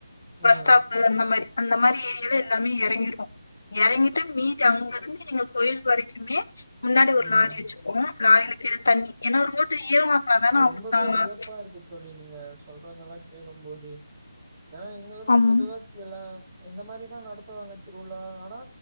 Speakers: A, on the left; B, on the right.
A: பஸ்
B: ஆ
A: ஸ்டாப் அந்த மாதிரி அந்த மாதிரி ஏரியால எல்லாமே இறங்கிருவோ இறங்கிட்டு மீதி அங்க இருந்து எங்க கோயில் வரைக்குமே முன்னாடி ஒரு
B: ம்
A: லாரி வச்சுப்போ லாரில தண்ணி ஏன்னா மூட்ட ஈரமா இருந்தா தான அவங்களுக்கு
B: ரொம்பவே
A: நாம
B: வியப்பா இருக்கு தோழி அப்படி நீங்க சொல்றதெல்லாம் கேட்கும் போது ஏன்னா எங்க ஊர்ல
A: ஆமா
B: பொதுவாத்தியல்லா இந்த மாதிரிதான் நடத்துவாங்க திருவிழா ஆனா